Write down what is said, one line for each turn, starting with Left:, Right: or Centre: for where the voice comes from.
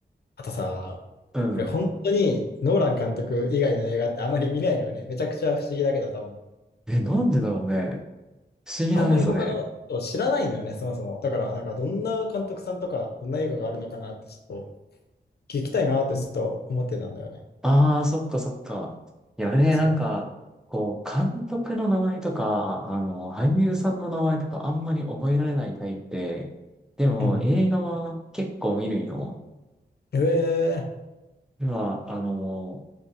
Left: あとさ、
Centre: うん。
Left: 俺本当にノーラン監督以外の映画ってあんまり見ないのよね。めちゃくちゃ不思議だけど多分。
Centre: え、なんでだろうね。不思議だね、
Left: あんまり他の人知らないのよね、
Centre: それ。
Left: そもそも。だからなんかどんな監督さんとか、どんな映画があるのかなってちょっと聞きたいなってずっと思ってたんだよね。
Centre: ああ、そっかそっか。いや、俺ね、
Left: そう。
Centre: なんか、こう、監督の名前とか、あの、俳優さんの名前とかあんまり覚えられないタイプで、でも映画は結構見るんよ。
Left: うん。ええ
Centre: 今、あの、